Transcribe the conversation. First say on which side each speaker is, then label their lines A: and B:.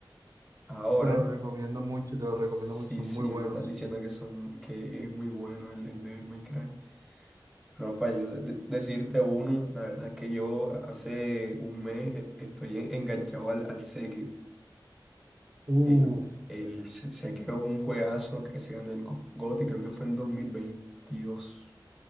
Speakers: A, in the centre; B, on the right.
A: Ahora,
B: Te lo recomiendo mucho, te lo
A: sí,
B: recomiendo mucho, son
A: sí,
B: muy buenos.
A: me están diciendo que, son, que es muy bueno el, el Devil May Cry. Bueno, para yo de- decirte uno, la verdad es que yo hace un mes eh, estoy enganchado al, al Sekiro.
B: Uf,
A: El, el Se- Sekiro es un juegazo que se ganó el Go- GOTY, creo que fue en dos mil veintidós